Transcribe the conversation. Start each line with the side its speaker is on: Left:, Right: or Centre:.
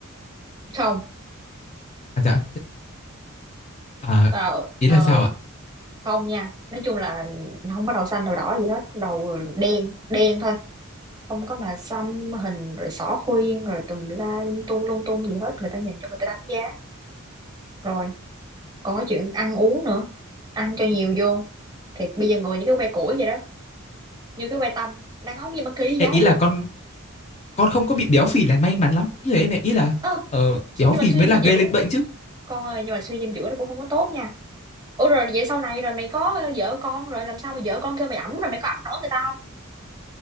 Right: không
Left: à dạ à,
Right: tao
Left: ý
Right: ờ,
Left: là sao ạ
Right: không nha nói chung là không có đầu xanh đầu đỏ gì hết đầu đen đen thôi không có mà xăm hình rồi xỏ khuyên rồi tùm la lung tung lung tung gì hết người ta nhìn cho người ta đánh giá rồi còn cái chuyện ăn uống nữa ăn cho nhiều vô thiệt bây giờ người như cái que củi vậy đó như cái que tăm đàn ông gì mà kỳ
Left: Ê,
Right: vậy
Left: ý là con con không có bị béo phì là may mắn lắm rồi ấy mẹ ý là
Right: ơ
Left: ờ, béo
Right: nhưng
Left: phì
Right: mà suy
Left: mới
Right: dinh
Left: là gây
Right: dưỡng
Left: lên bệnh chứ
Right: con ơi nhưng mà suy dinh dưỡng nó cũng không có tốt nha ủa rồi vậy sau này rồi mày có ờ, vợ con rồi làm sao mà vợ con kêu mày ẵm rồi mày có ẵm nổi người ta không